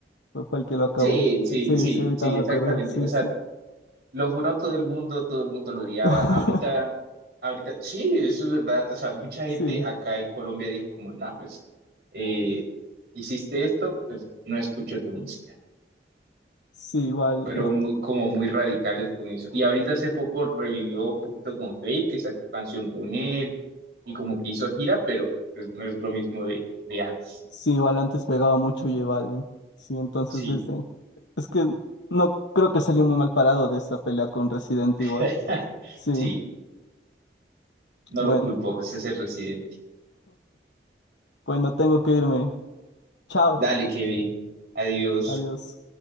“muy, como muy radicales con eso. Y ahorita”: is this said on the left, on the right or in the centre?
Right